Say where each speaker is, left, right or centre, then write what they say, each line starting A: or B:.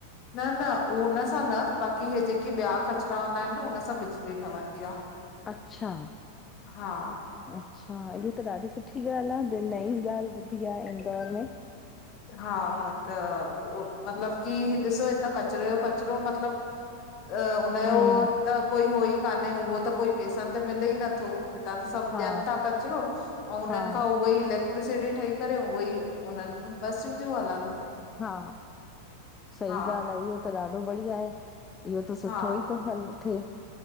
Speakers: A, on the left (about 35°); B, on the left (about 20°).
A: न न उन सां न, बाकी हे ॼेके ॿिया कचिरा हूंदा आहिनि न, हुन सां बिजली ठहंदी आ।
B: अच्छा।
A: हा
B: अच्छा इयो त ॾाढी सुठी ॻाल्हि आ। द नई ॻाल्हि ॿुधी आ इंदौर में।
A: हा त ओ मतलबु की, ॾिसो हितां कचरे जो कचिरो मतलबु अ हुनॼो
B: हम्म
A: त कोई हो ई कान्हे, उहो त कोई पेसनि त मिले ई नथो। हितां त सभु
B: हा
A: ॾियनि ता कचरो, अंऊ उननि
B: हा
A: खां उहो इलेक् क्ट्रीसिटी ठही करे उहई, उन्हनि में बसियूं तियु हलनि।
B: हा सही
A: हा
B: ॻाल्हि आ, इहो त ॾाढो बढ़िया हे इहो त सुठोई
A: हा
B: तो हल थिए।